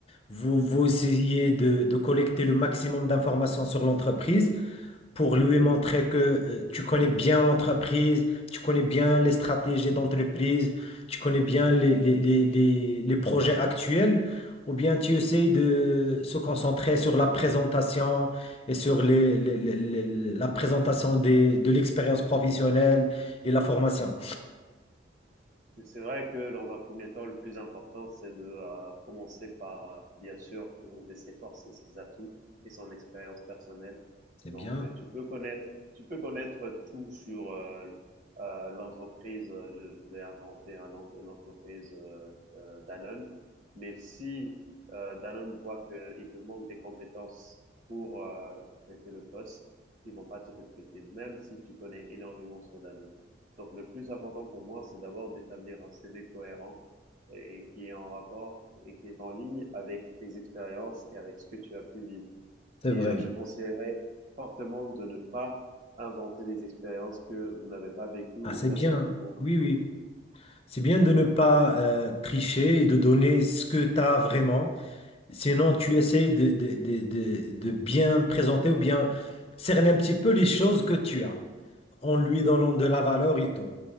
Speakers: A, on the left; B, on the right.
A: vous, vous essayez de, de collecter le maximum d'informations sur l'entreprise? pour lui montrer que euh, tu connais bien l'entreprise, tu connais bien les stratégies d'entreprise, tu connais bien les, les, les, les, les projets actuels, ou bien tu essayes de se concentrer sur la présentation et sur les, les- les- les- la présentation des, de l'expérience professionnelle et la formation.
B: Mais C'est vrai que dans un premier temps, le plus important, c'est de euh, commencer par, euh, bien sûr, présenter ses forces et ses atouts et son expérience personnelle.
A: C'est
B: Donc,
A: bien,
B: euh, tu peux connaître, tu peux connaître tout sur euh, euh, l'entreprise. euh, Je, je vais inventer hein, l'en- l'entreprise euh, euh, Danone. Mais si euh, Danone voit qu'il te manque des compétences pour euh, traiter le poste, ils vont pas te recruter, même si tu connais énormément sur Danone. Donc, le plus important pour moi, c'est d'abord d'établir un CV cohérent et qui est en rapport et qui est en ligne avec tes expériences et avec ce que tu as pu vivre.
A: c'est
B: Et
A: vrai.
B: euh, je conseillerais fortement de ne pas inventer des expériences que vous n'avez pas vécues ou
A: Ah, c'est
B: personnellement
A: bien. Oui, oui.
B: connues.
A: C'est bien de ne pas euh, tricher et de donner ce que tu as vraiment. Sinon, tu essayes de, de, de, de, de bien présenter ou bien cerner un petit peu les choses que tu as en lui donnant de la valeur et tout.